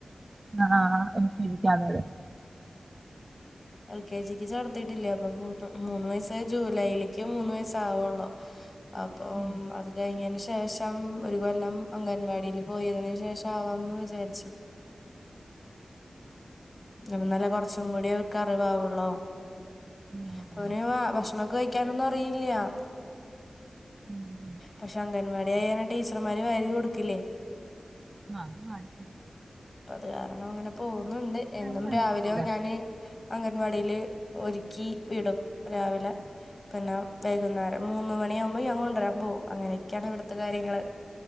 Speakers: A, on the right; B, on the left.
A: ആഹ് ഒര് <unintelligible> അതെ തേ
B: എൽ കെ ജിക്ക് ചേർത്തിട്ടില്ലേ അപ്പൊ മൂന്ന് മൂന്ന് വയസ്സ് ജൂലൈലേക്ക് മൂന്ന് വയസ്സ്‌ ആവുള്ളൂ. അപ്പം
A: ഉം.
B: അത് കഴിഞ്ഞേന് ശേഷ ഇപ്പം ഒരു കൊല്ലം അംഗൻവാടീല് പോയതിന് ശേഷം ആവാമന്ന് വിചാരിച്ചു. അപ്പ നല്ല കൊറച്ചും കൂടി അവർക്ക് അറിവാവുള്ളോ
A: ആ, അതെ,
B: അപ്പൊ
A: അതെ.
B: അവന് ഭക്ഷണൊക്കെ കഴി ക്കാനോന്നും അറിയില്ല്യാ
A: ഉം, ഉം.
B: പക്ഷെ അങ്കൻവാടി <unintelligible> ടീച്ചർമാര് വാരി കൊടുക്കില്ലേ.
A: ആഹ് <unintelligible>
B: അപ്പൊ അത് കാരണം അങ്ങനെ പോകുന്നുണ്ട് എന്നും
A: അത് നടക്കത്തില്ല
B: രാവിലെയോ ഞാന് അംഗൻവാടിയില് ഒരുക്കി വിടും രാവിലെ പിന്നെ വൈകുന്നേരം മൂന്ന് മണി ആകുമ്പോ ഞാ കൊണ്ടരാൻ പോകും അങ്ങനെയൊക്കെയാണ് ഇവിട്ത്തെ കാര്യങ്ങള്.